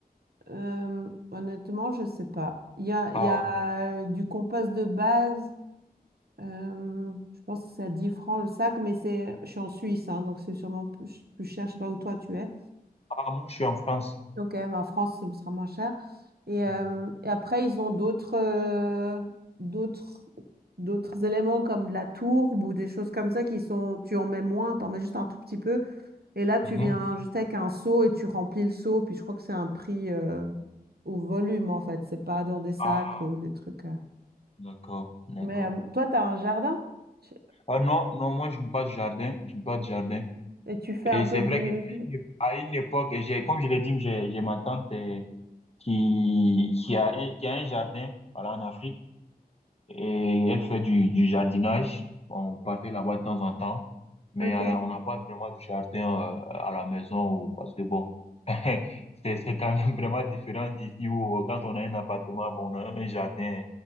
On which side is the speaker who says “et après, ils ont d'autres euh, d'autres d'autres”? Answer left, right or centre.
Right